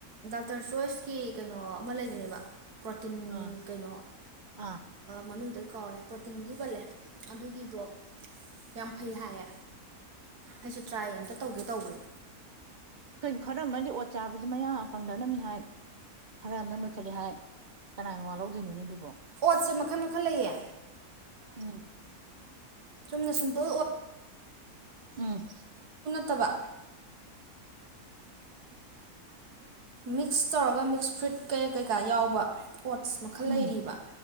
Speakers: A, on the right; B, on the right.
A: ꯗꯔ ꯆꯣꯏꯁꯀꯤ ꯀꯩꯅꯣ ꯑꯃ ꯂꯩꯕꯅꯦꯕ ꯄ꯭ꯔꯣꯇꯤꯟ
B: ꯑꯥ
A: ꯀꯩꯅꯣ
B: ꯑꯥ
A: ꯃꯃꯤꯡꯗ ꯀꯧꯔꯦ ꯄ꯭ꯔꯣꯇꯤꯟꯗꯤꯤ ꯄꯜꯂꯦ ꯑꯗꯨꯒꯤꯗꯣ ꯌꯥꯝ ꯐꯩ ꯍꯥꯏꯌꯦ ꯑꯩꯁꯨ ꯇ꯭ꯔꯥꯏ ꯑꯃꯝꯇ ꯇꯧꯒꯦ ꯇꯧꯕꯅꯦ
B: ꯀꯩ ꯈꯔ ꯑꯃꯗꯤꯗꯤ ꯑꯣꯠ ꯆꯥꯕꯁꯤ ꯃꯌꯥ ꯀꯪꯊꯅꯕꯝꯃꯤ ꯍꯥꯏ ꯈꯔ ꯑꯃꯅ ꯂꯣꯏꯈꯠꯂꯤ ꯍꯥꯏ ꯀꯅꯥꯏ ꯃꯉꯥ ꯂꯧꯗꯣꯏꯅꯣꯅꯦ ꯑꯗꯨꯕꯣ
A: ꯄꯠꯁꯦ ꯃꯈꯜ ꯃꯈꯜ ꯂꯩꯌꯦ
B: ꯎꯝ
A: ꯆꯨꯝꯅ ꯁꯨꯝꯕ
B: ꯎꯝ
A: ꯐꯠꯇꯕ ꯃꯤꯛꯁ ꯇꯧꯔꯒ ꯃꯤꯛꯁ ꯐ꯭ꯔꯨꯏꯠ ꯀꯩ ꯀꯩꯀꯥ ꯌꯥꯎꯕ ꯏꯁꯄꯣꯠꯁ ꯃꯈꯜ
B: ꯎꯝ
A: ꯂꯩꯔꯤꯕ